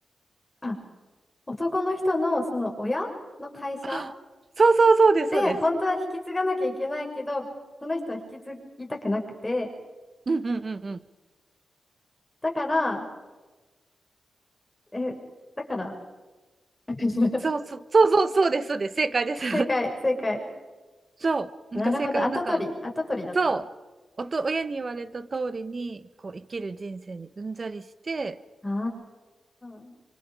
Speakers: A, on the left; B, on the right.
A: あ、男の人のその親の会社
B: あ、そうそうそうです、
A: で、
B: そうです。
A: 本当は引き継がなきゃいけないけど、その人は引き継ぎたくなくて、
B: うんうんうんうん。
A: だから、え、だから、<laughs>
B: そうそうそうそうそうです、そうです。正解です。
A: 正解、正解。
B: <laughs> そう。
A: なるほど、
B: なんか正解をなんか
A: 後取り、後取りだった。
B: そう、おと、親に言われた通りにこう生きる人生にうんざりして、
A: あー、